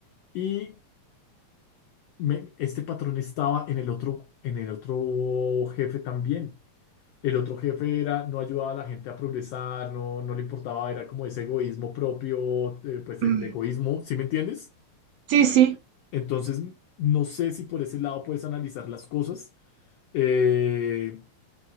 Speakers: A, on the left; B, on the right.
A: y me- este patrón estaba en el otro, en el otro jefe también. El otro jefe era, no ayudaba a la gente a progresar, no, no le importaba, era como ese egoísmo propio, eh, pues el
B: mm,
A: egoísmo, ¿sí me entiendes?
B: sí, sí.
A: Entonces, no sé si por ese lado puedes analizar las cosas. Eh,